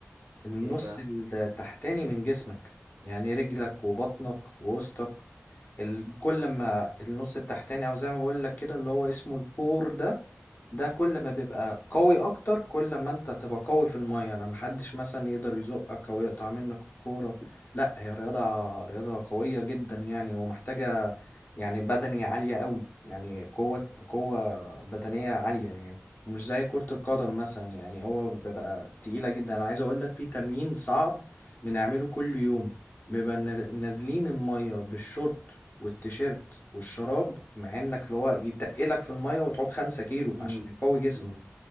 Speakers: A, on the left; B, on the right.
A: النص
B: ايه بقى
A: التحتاني من جسمك يعني رجلك وبطنك ووسطك ال- كل لما النص التحتاني او زي ما بقول لك كده اللي هو اسمه الكور ده ده كل ما بيبقى قوي اكتر كل ما انت تبقى قوي في الميه انا محدش مثلا يقدر يزقك او يقطع منك الكوره لا هي رياضه رياضه قويه جدا يعني ومحتاجه يعني بدني عاليه قوي يعني قوه قوه بدنيه عاليه يعني مش زي كرة القدم مثلا يعني هو بيبقى تقيلة جدا أنا عايز أقول لك في تمرين صعب بنعمله كل يوم بيبقى نا- نازلين المية بالشورت والتيشيرت والشراب مع انك اللي هو يتقلك في الميه وتعوم خمسة كيلو
B: امم
A: عشان يقوي جسمك
B: امم